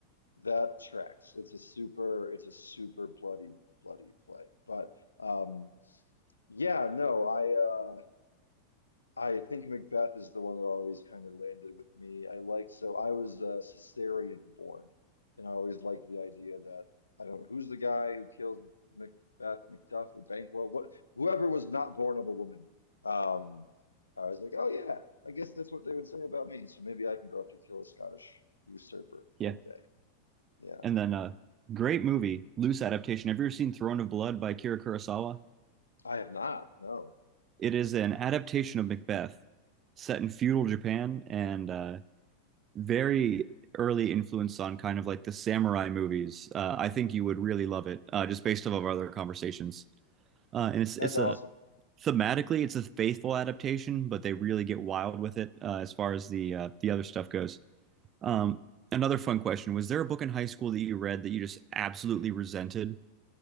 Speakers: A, on the left (about 75°); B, on the right (about 30°).
A: that tracks. It's a super, it's a super bloody, bloody play. But um yeah, no, I uh, I think Macbeth is the one that always kind of landed with me. I liked, so I was uh, Caesarean born, and I always liked the idea that I don't who's the guy who killed Macbeth, Macduff, or Banquo, what whoever was not born of a woman. Um, I was like, oh yeah, I guess that's what they would say about me. So maybe I can grow up to kill a Scottish usurper one
B: Yeah.
A: day. Yeah,
B: And then, a uh, great movie, loose adaptation. Have you ever seen Throne of Blood by Akira Kurosawa?
A: I have not. No,
B: It is an adaptation of Macbeth, set in feudal Japan and uh, very early influence on kind of like the samurai movies. Uh, I think you would really love it, uh, just based off of our other conversations. Uh, and it's
A: that's
B: it's
A: awesome.
B: a thematically it's a faithful adaptation, but they really get wild with it uh, as far as the uh, the other stuff goes. Um, another fun question: Was there a book in high school that you read that you just absolutely resented?